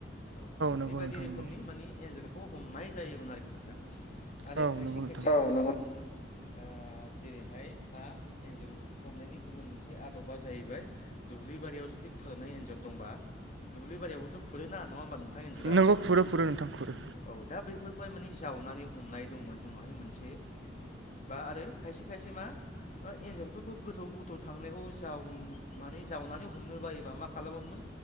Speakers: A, on the left (about 40°); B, on the right (about 85°).
A: औ।
B: नंगौ
A: बेबायदि
B: नोंथां
A: रोखोमनि
B: नंगौ
A: माने एन्जरखौ हमनाय जायोमोन आरोखि नोंथां। आरो
B: औ
A: खायसे
B: नंगौ नोंथां
A: खायसे <unintelligible> ओ जेरैहाय मा एनजरख हमनायनि गुबुन मोनसे आदबा जा जाहैबाय दुब्लिबारियाव जुदि खुरनाय एन्जर दंबा दुब्लि बारियावबोथ' खुरो ना नंङा होमबा नों थां एनजर?
B: नोंगौ खुरो खुरो नोंथां खुरो
A: औ औ दा बैफोर फोर माने जावनानै हमनाय दंमोन जोंनावहाय मोनसे बा आरो खायसे खायसे मा ओ एन्जरफोरखौ गोथौ गोथौ थांनायखौ जाव माने जावनानै हमनो बायोबा मा खालामोमोन